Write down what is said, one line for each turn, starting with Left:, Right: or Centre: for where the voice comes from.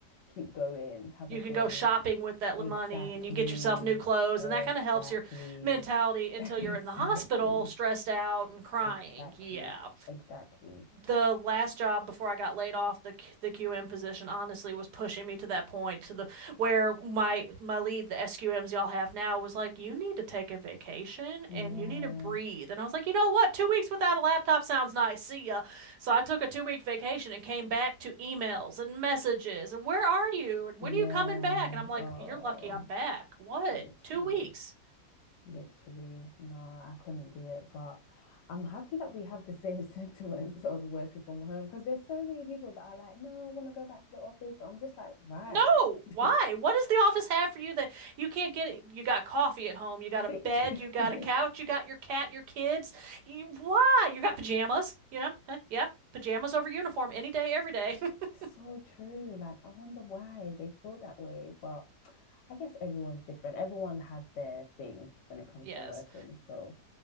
Left: keep going, type
Right: you
Left: of
Right: can
Left: thing.
Right: go shopping with that money
Left: Exactly,
Right: and you get yourself new clothes
Left: exactly,
Right: and that kind of helps your mentality
Left: <laughs>
Right: until
Left: exactly,
Right: you're in the hospital stressed out and crying.
Left: exactly,
Right: Yeah.
Left: exactly.
Right: The last job before I got laid off, the the QM position honestly was pushing me to that point to the where my my lead, the SQMs y'all have now, was like, you need to take a vacation
Left: Yeah.
Right: and you need to breathe.
Left: <laughs>
Right: And I was like, you know what? Two weeks without a laptop sounds nice. See ya. So I took a two week vacation and came back to emails and messages and where are you? And
Left: Yeah.
Right: when are you coming back? And I'm like,
Left: Oh,
Right: you're lucky I'm back. What?
Left: literally,
Right: Two weeks?
Left: literally. No, I couldn't do it. But I'm happy that we have the same <laughs> sentiments on working from home because there's so many people that are like, no, I want to go back to the office. I'm just like, why?
Right: No.
Left: <laughs>
Right: Why? What does the office have for you that you can't get it? You got coffee at home, you got
Left: Literally.
Right: a bed, you got a couch, you got your cat, your kids. You, why? You got pajamas, you know? Huh? Yeah. Pajamas over uniform any day, every day. <laughs>
Left: It's so true. Like, I wonder why they feel that way. But I guess everyone's different. Everyone has their thing when it comes
Right: Yes.
Left: to working. So